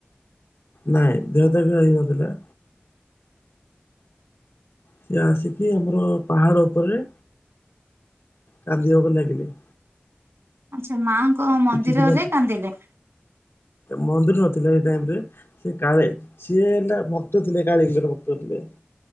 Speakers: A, on the left; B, on the right.
A: ନାଇଁ ଦେହତ୍ୟାଗ ହେଇନଥିଲା। ସିଏ ଆସିକି ଆମର ପାହାଡ଼ ଉପରେ କାନ୍ଦିବାକୁ ଲାଗିଲେ।
B: ଆଚ୍ଛା ମାଆଙ୍କ ମନ୍ଦିରରେ
A: କିଛି ଦିନ
B: କାନ୍ଦିଲେ।
A: ମନ୍ଦିର ନଥିଲା ସେଇ ଟାଇମରେ। ସେ କାଳେ ସିଏ ହେଲା ଭକ୍ତ ଥିଲେ କାଳେଜର ଭକ୍ତ ଥିଲେ।